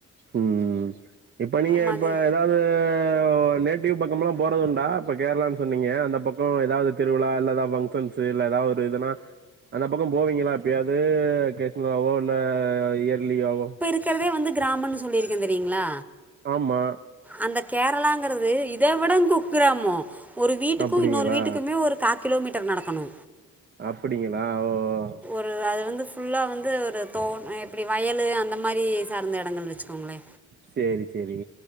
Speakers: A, on the right; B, in the centre.
A: ம் இப்ப நீங்க
B: மதி
A: இப்ப எதாவ்து போ நேட்டிவ் பக்கம்லா போறதுண்டா இப்ப கேரளான் சொன்னீங்க அந்த பக்க எதாவ்து திருவிழா இல்ல எதாவ்து ஃபங்க்ஷன்ஸ் இல்ல எதா ஒரு இதுனா அந்த பக்க போவீங்களா எப்பயாவ்து டே ஃபுல்லாவோ இல்ல இயர்லியாவோ
B: க்கிறதே வந்து கிராமன்னு சொல்லிருக்கே தெரியுங்ளா
A: ஆமா
B: அந்த கேரளாங்கிறது இத விட குக்கிராம ஒரு வீட்டுக்கு
A: அப்டிங்களா
B: இன்னொரு வீட்டுக்குமே ஒரு கா கிலோமீட்டர் நடக்கணு
A: அப்பிடிங்களா ஓ ஓ
B: அ அது வந்து ஃபுல்லா வந்து ஒரு தோ அ இப்டி வயலு அந்த மாரி சார்ந்த எடங்கள் வெச்சுக்கோங்களே
A: சேரி சேரி